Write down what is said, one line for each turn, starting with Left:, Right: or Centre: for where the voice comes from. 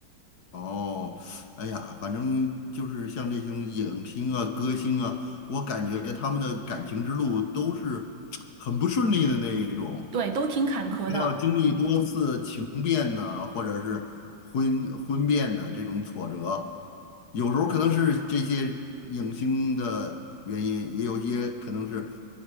Left: 哦，哎呀，反正就是像这种影星啊、歌星啊，我感觉他们的感情之路都是很不顺利的那一种。
Right: 对，都挺坎坷的。
Left: 他要经历多次情变呢，或者是婚婚变呢这种挫折，有时候可能是这些影星的原因，也有一些可能是